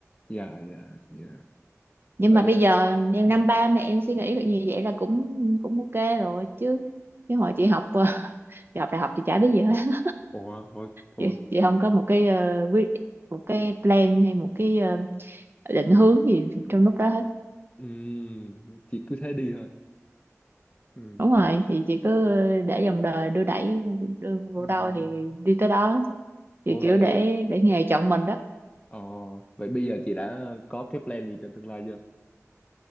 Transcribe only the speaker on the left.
dạ dạ dạ
vậy
à,
ừ.
ủa ủa ủa
ừ, chị cứ thế đi thôi ừ
Ừm.
Ủa
vậy
ờ, vậy bây giờ chị đã có cái plan gì cho tương lai chưa? <laughs>